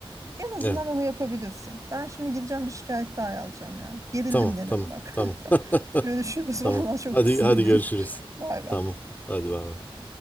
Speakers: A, on the right; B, on the left.
A: En azından
B: Evet.
A: onu yapabilirsin. Ben şimdi gideceğim bir şikayet daha yazacağım yani. Gerildim
B: Tamam,
A: gene
B: tamam,
A: bak.
B: tamam. <laughs>
A: <laughs> Görüşürüz. Vallahi
B: Tamam.
A: çok
B: Hadi
A: sinirliyim.
B: hadi görüşürüz.
A: Bay bay.
B: Tamam. Hadi bay bay.